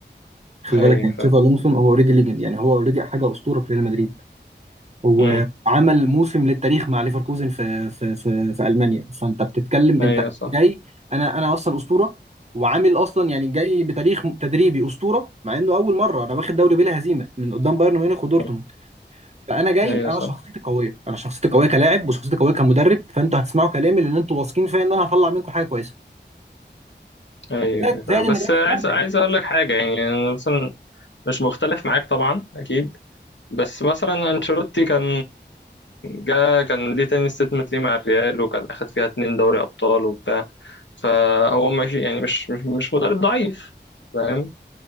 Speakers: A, on the right; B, on the left.
A: خلي
B: ايوه
A: بالك يعني تشافي
B: فاهم
A: الونسو هو اوريدي ليجند يعني هو اوريدي حاجه اسطوره في ريال مدريد هو
B: امم
A: عمل موسم للتاريخ مع ليفركوزن في في في, في المانيا فانت بتتكلم
B: ايوه
A: انت
B: صح
A: جاي انا انا اصلا اسطوره وعامل اصلا يعني جاي بتاريخ تدريبي اسطوره مع انه اول مره انا واخد دوري بلا هزيمه من قدام بايرن ميونخ ودورتموند
B: مم.
A: فانا جاي
B: ايوه
A: انا
B: صح
A: شخصيتي قويه انا شخصيتي قويه كلاعب وشخصيتي قويه كمدرب فانتوا هتسمعوا كلامي لان انتوا واثقين فيا ان انا هطلع منكم حاجه كويسه
B: ايوه
A: زائد
B: ايوه فاهم
A: زائد ان
B: بس
A: ريال
B: عايز
A: مش مدرب
B: عايز اقول لك حاجه يعني انا مثلا مش مختلف معاك طبعا اكيد بس مثلا انشيلوتي كان جا كان ليه تاني ستيتمنت ليه مع الريال وكان اخد فيها اتنين دوري ابطال وبتاع فهو ماشي يعني مش مش مش مدرب ضعيف فاهم